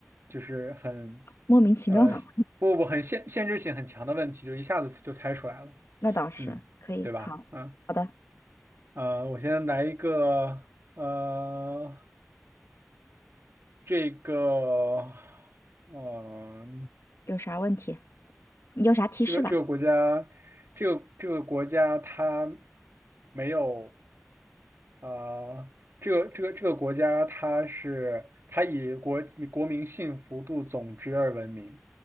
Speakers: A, on the right; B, on the left.
A: 就是很
B: 莫名其妙的话，
A: 呃不不不很限限制性很强的问题，就一下子就猜出来了。
B: <laughs> 那倒是可以。
A: 嗯，对吧？
B: 好，
A: 啊，
B: 好的，
A: 呃，我先来一个，呃，这个，呃，
B: 有啥问题？你有啥提示吧？
A: 这个这个国家，这个这个国家它没有，呃，这个这个这个国家它是它以国国民幸福度总值而闻名，